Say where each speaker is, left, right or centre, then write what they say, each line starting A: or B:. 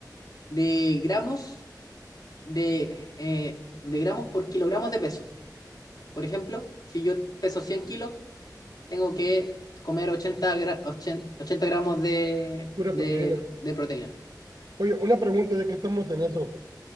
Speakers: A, on the left; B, on the right.
A: de gramos, de, eh, de gramos por kilogramos de peso. Por ejemplo, si yo peso 100 kilos, tengo que comer ochenta gra- ochenta 80 gramos de,
B: Pura
A: de,
B: proteína.
A: de proteína.
B: Oye, una pregunta ya que estamos en eso.